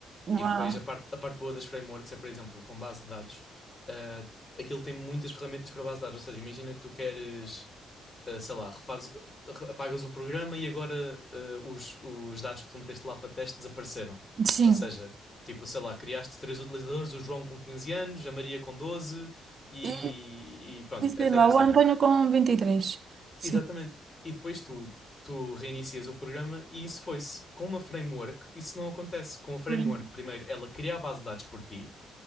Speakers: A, on the right; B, on the left.
A: uau,
B: E depois a parte, a parte boa das frameworks é, por exemplo, com base de dados, ah, aquilo tem muitas ferramentas para base de dados. Ou seja, imagina que tu queres, ah, sei lá, refazes, re- apagas o programa e agora ah, os, os dados que tu meteste lá para teste desapareceram.
A: sim.
B: Ou seja, tipo, sei lá, criaste três utilizadores, o João com 15 anos, a Maria com 12 e,
A: E,
B: e pronto,
A: e sei
B: etc,
A: lá,
B: etc.
A: o Antônio com 23, sim.
B: Exatamente. E depois tu, tu reinicias o programa e isso foi-se. Com uma framework, isso não acontece. Com a framework,
A: Pois-
B: primeiro ela cria a base de dados por ti,